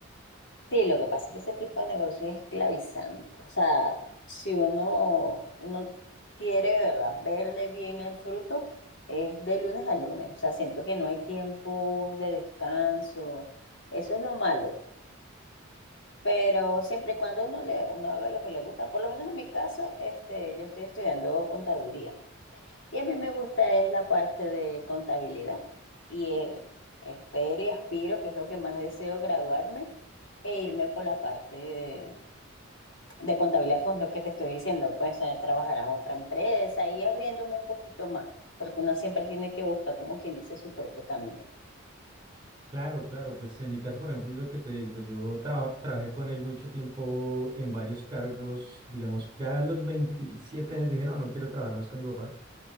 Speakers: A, on the left; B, on the right.
A: Sí, lo que pasa es que ese tipo de negocio es esclavizante. O sea, si uno, uno quiere de verdad verle bien el fruto, es de lunes a lunes. O sea, siento que no hay tiempo de descanso. Eso es lo malo. pues. Pero siempre y cuando uno le, uno haga lo que le gusta, por lo menos en mi caso, este, yo estoy estudiando contaduría. Y a mí me gusta es la parte de contabilidad. Y eh, espero y aspiro, que es lo que más deseo, graduarme e irme por la parte de, de contabilidad, con lo que te estoy diciendo, pues eh, trabajar a otra empresa y abriéndome un poquito más, porque uno siempre tiene que buscar, como quien dice, su propio camino.
B: Claro, claro, pues en mi caso, por ejemplo, lo que te digo, pues yo traba- trabajé con él mucho tiempo en varios cargos, digamos, ya a los 27 años dije, no, no quiero trabajar más con mi papá,